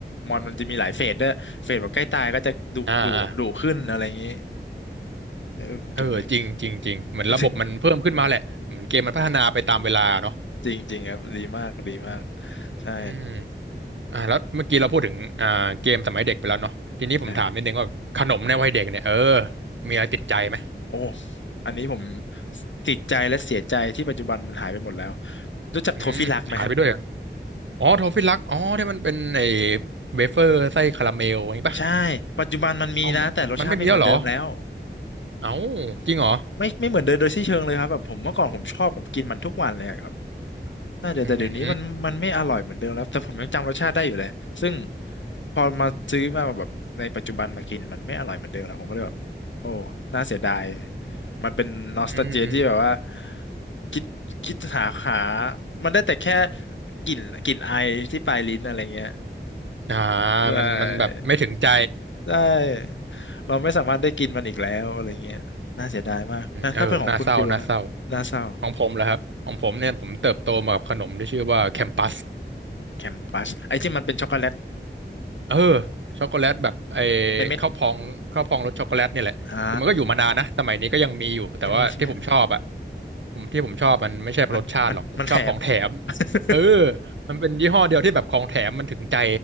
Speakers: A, on the left (about 80°); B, on the right (about 80°).
A: มอนมันจะมีหลายเฟสด้วยเฟสแบบใกล้ตายก็จะดุดุดุขึ้นอะไรอย่างนี้
B: อ่าอ่า
A: เออพูดถึงก็
B: เออจริงจริงจริงเหมือนระบบมันเพิ่มขึ้นมาแหละเหมือนเกมมันพัฒนาไปตามเวลาเนาะ
A: คิดถึงจริงจริงครับดีมากดีมากใช่
B: อืม อ่าแล้วเมื่อกี้เราพูดถึงอ่าเกมสมัยเด็กไปแล้วเนาะทีนี้ผมถามนิดนึงว่าขนมในวัยเด็กเนี่ยเออ
A: ใช่
B: มีอะไรติดใจไหม
A: โอ้อันนี้ผมติดใจและเสียใจที่ปัจจุบันมันหายไปหมดแล้วรู้จักโทฟิลักไหม
B: อืมหายไปด้วยเหรออ๋อโทฟิลักอ๋อที่มันเป็นไอ้เวเฟอร์ไส้คาราเมลอย่างนี้ป่ะ
A: ใช่ปัจจุบันมันมีนะแต่รสชาติไม่เหมือนเดิมแล้ว
B: อ๋อมันมันไม่มีแล้วเหรอเอ้าจริงเหรอ
A: ไม่ไม่เหมือนเดิมโดยสิ้นเชิงเลยครับแบบผมเมื่อก่อนผมชอบผมกินมันทุกวันเลยอะ น่าจะแต่เดี๋ยวนี้มันมันไม่อร่อยเหมือนเดิมแล้วแต่ผมยังจำรสชาติได้อยู่เลยซึ่ง
B: อืม
A: พอมาซื้อมาแบบในปัจจุบันมากินมันไม่อร่อยเหมือนเดิมแล้วผมก็เลยแบบโอ้น่าเสียดายมันเป็นนอสตาเจียที่แบบว่า
B: อืมอืม
A: คิดคิดหาหามันได้แต่แค่กลิ่นกลิ่นไอที่ปลายลิ้นอะไรเงี้ย
B: อ่า
A: ใช่
B: มันมันแบบไม่ถึงใจ
A: ใช่เราไม่สามารถได้กินมันอีกแล้วอะไรเงี้ยน่าเสียดายมากนะถ้าเป็นของคุณฟิลฮะน่าเศร้า
B: เออน่าเศร้าน่าเศร้าของผมเหรอครับของผมเนี่ยผมเติบโตมากับขนมที่ชื่อว่าแคมปัส
A: แคมปัสไอ้ที่มันเป็นช็อกโกแลต
B: เออช็อกโกแลตแบบไอ้
A: เม็ด
B: ข้าวพองข้าวพองรสช็อกโกแลตเนี่ยแหละคือมันก็อยู่มานานนะสมัยนี้ก็ยังมีอยู่แต่ว่าที่ผมชอบอะ
A: ๆอ่า ยังมีใช่ไหมฮะ
B: ผมที่ผมชอบมันไม่ใช่เพราะรสชาติหรอกผมชอบของแถม
A: มันมันมันแถม <laughs>
B: เออมันเป็นยี่ห้อเดียวที่แบบของแถมมันถึงใจ